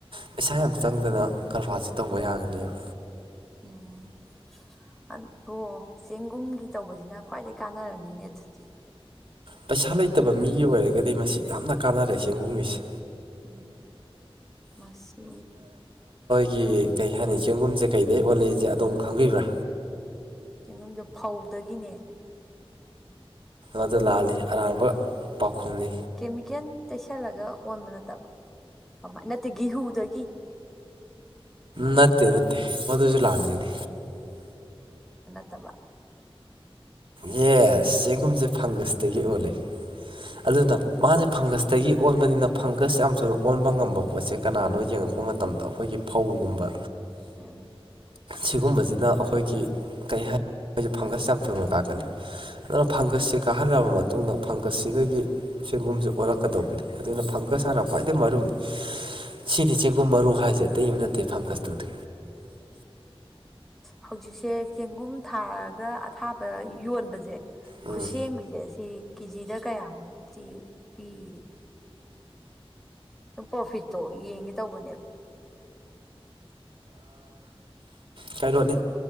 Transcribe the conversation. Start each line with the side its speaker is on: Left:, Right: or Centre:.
Right: ꯄꯩꯁꯥ ꯌꯥꯝ ꯆꯪꯗꯅ ꯀꯔꯕꯥꯔꯁ ꯇꯧꯕ ꯌꯥꯒꯅꯦꯕ
Centre: ꯎꯝ ꯑꯣ ꯆꯦꯡꯒꯨꯝꯒꯤ ꯇꯧꯕꯁꯤꯅ ꯈ꯭ꯋꯥꯏꯗꯒꯤ ꯀꯥꯟꯅꯔꯅꯤꯅꯦ ꯑꯗꯨꯗꯤ
Right: ꯄꯩꯁꯥ ꯂꯩꯇꯕ ꯃꯤꯒꯤ ꯑꯣꯏꯔꯒꯗꯤ ꯃꯁꯤ ꯌꯥꯝꯅ ꯀꯥꯟꯅꯔꯦ ꯆꯦꯡꯒꯣꯡꯒꯤꯁꯦ
Centre: ꯎ ꯃꯁꯤ
Right: ꯒꯤ ꯀꯩ ꯍꯥꯏꯅꯤ ꯆꯦꯡꯒꯨꯝꯁꯦ ꯀꯩꯗꯩ ꯑꯣꯂꯛꯏꯁꯦ ꯑꯣꯝ ꯈꯪꯕꯤꯕ꯭ꯔꯥ
Centre: ꯆꯦꯡꯒꯨꯝꯁꯦ ꯐꯧꯗꯒꯤꯅꯦ
Right: ꯑꯗꯨꯗ ꯂꯥꯜꯂꯤ ꯑꯔꯥꯟꯕ ꯄꯥꯎꯈꯨꯝꯅꯤ
Centre: ꯀꯦꯃꯤꯀꯦꯜ ꯇꯩꯁꯜꯂꯒ ꯑꯣꯟꯕ ꯅꯠꯇꯕ ꯀꯃ ꯅꯠꯇꯦ ꯒꯍꯨꯗꯒꯤ
Right: ꯅꯠꯇꯦ ꯅꯠꯇꯦ ꯃꯗꯨꯁꯨ ꯂꯥꯛꯅꯤꯅꯤ
Centre: ꯇꯕ
Right: ꯌꯦ ꯆꯦꯡꯒꯨꯝꯁꯦ ꯐꯪꯒꯁꯇꯒꯤ ꯑꯣꯜꯂꯤ ꯑꯗꯨꯅ
Centre: ꯎꯝ
Right: ꯃꯥꯁꯦ ꯐꯪꯒꯁꯇꯒꯤ ꯑꯣꯟꯕꯅꯤꯅ ꯐꯪꯒꯁ ꯌꯥꯝ ꯁꯨꯅ ꯑꯣꯟꯕ ꯉꯝꯕ ꯄꯣꯠꯁꯦ ꯀꯅꯥꯅꯣ ꯌꯦꯡꯉꯛꯄ ꯃꯇꯝꯗ ꯑꯩꯈꯣꯏꯒꯤ ꯐꯧꯒꯨꯝꯕ
Centre: ꯑꯝ
Right: ꯁꯤꯒꯨꯝꯕꯁꯤꯅ ꯑꯩꯈꯣꯏꯒꯤ ꯀꯩ ꯍꯥꯏ ꯃꯣꯏꯁꯦ ꯐꯪꯒꯁ ꯌꯥꯝ ꯊꯨꯅ ꯀꯥꯀꯅꯤ ꯑꯗꯨꯅ ꯐꯪꯒꯁꯁꯦ ꯀꯥꯍꯜꯂꯕ ꯃꯇꯨꯡꯗ ꯐꯪꯒꯁꯁꯤꯗꯒꯤ ꯁꯦꯟꯒꯨꯝꯁꯦ ꯑꯣꯜꯂꯛꯀꯗꯧꯕꯅꯤ ꯑꯗꯨꯅ ꯀꯨꯒ ꯁꯥꯟꯅ ꯈ꯭ꯋꯥꯏꯗꯒꯤ ꯃꯔꯨꯅꯤ ꯁꯤꯗꯤ ꯆꯦꯡꯒꯨꯝ ꯃꯔꯨ ꯍꯥꯏꯁꯦ ꯑꯇꯩ ꯑꯃ ꯅꯠꯇꯦ ꯐꯪꯒꯁꯇꯨꯗꯤ
Centre: ꯍꯧꯖꯤꯛꯁꯦ ꯆꯦꯡꯒꯨꯝ ꯊꯥꯔꯒ ꯑꯊꯥꯕ ꯌꯣꯟꯕꯁꯦ
Right: ꯎꯝ
Centre: ꯈꯨꯠꯁꯦꯝꯒꯤꯁꯦ ꯁꯤ ꯀꯦꯖꯤꯗ ꯀꯌꯥꯃꯨꯛꯇꯤ ꯄꯤꯔꯤ ꯁꯨꯝ ꯄ꯭ꯔꯣꯐꯤꯠꯇꯣ ꯌꯦꯡꯒꯦ ꯇꯧꯕꯅꯦꯕ ꯑꯥ
Right: ꯀꯩꯅꯣꯅꯤ